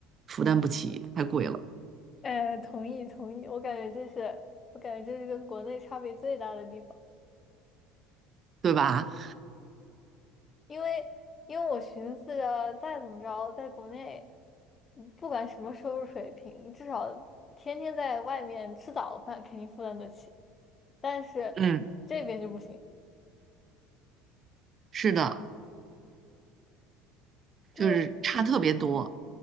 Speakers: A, on the right (about 40°); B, on the left (about 35°).
A: 负担不起，太贵了，
B: 呃，同意同意，我感觉这是我感觉这是跟国内差别最大的地方，
A: 对吧？
B: 因为因为我寻思着再怎么着，在国内，嗯不管什么收入水平，至少天天在外面吃早饭肯定负担得起，但是这边就不行，
A: 嗯，是的，
B: 这边
A: 就是差特别多。
B: 嗯